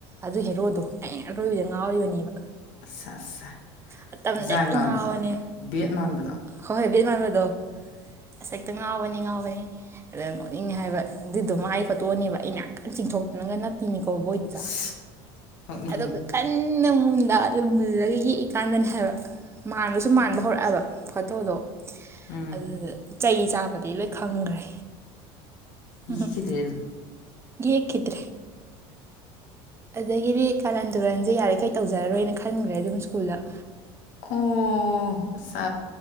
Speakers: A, on the right (about 20°); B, on the left (about 70°).
A: ꯑꯗꯨ ꯍꯦꯔꯣꯗꯣ ꯑꯩꯅ ꯑꯔꯣꯏꯕꯤꯗ ꯉꯥꯎꯔꯤꯕꯅꯦꯕ
B: ꯑꯠꯁ ꯑꯠꯁ
A: ꯃꯇꯝꯗ
B: ꯖꯥꯏ
A: ꯍꯦꯛꯇ
B: ꯃꯥꯟꯕꯗꯣ
A: ꯉꯥꯎꯕꯅꯦ
B: ꯕꯦꯠ ꯃꯥꯟꯕꯗꯣ
A: ꯍꯣꯏ ꯕꯦꯠ ꯃꯥꯟꯕꯗꯣ ꯑꯁ ꯍꯦꯛꯇ ꯉꯥꯎꯕꯅꯤ ꯉꯥꯎꯕꯅꯤ ꯑꯗꯩ ꯅꯣꯛꯅꯤꯡꯉꯦ ꯍꯥꯏꯕ ꯑꯗꯨꯗꯣ ꯃꯥꯏ ꯄꯣꯠꯇꯣꯅꯦꯕ ꯑꯩ ꯉꯥꯏꯍꯥꯛꯇ ꯆꯤꯡꯊꯣꯛꯇꯅꯒ ꯅꯞꯄꯤꯅꯤꯀꯣ ꯕꯣꯏ ꯑꯠꯆꯥ
B: ꯁ ꯅꯣꯛꯅꯤꯡꯉꯦ
A: ꯑꯗꯨ ꯀꯟꯅ ꯃꯨꯟꯗ ꯑꯗꯨ ꯃꯨꯜꯂꯒ ꯌꯦꯛꯏꯀꯥꯟꯗꯅꯦ ꯍꯥꯏꯕ ꯃꯥꯟꯕꯁꯨ ꯃꯥꯟꯕ ꯍꯧꯔꯛꯑꯕ ꯐꯣꯇꯣꯗꯣ
B: ꯎꯝ
A: ꯑꯗꯨꯗ ꯆꯩ ꯆꯥꯕꯗꯤ ꯂꯣꯏ ꯈꯪꯈ꯭ꯔꯦ
B: ꯌꯦꯛꯈꯤꯗ꯭ꯔꯦ
A: ꯎꯝꯝ
B: ꯑꯗꯨꯝ
A: ꯌꯦꯛꯈꯤꯗꯔꯦ ꯑꯗꯒꯤꯗꯤ ꯀꯥꯔꯟ ꯇꯨꯔꯟꯁꯦ ꯌꯥꯔꯤꯉꯩ ꯇꯧꯖꯔꯔꯣꯏꯅ ꯈꯟꯈ꯭ꯔꯦ ꯑꯗꯨꯝ ꯁ꯭ꯀꯨꯜꯗ
B: ꯑꯣ ꯑꯠꯆꯥ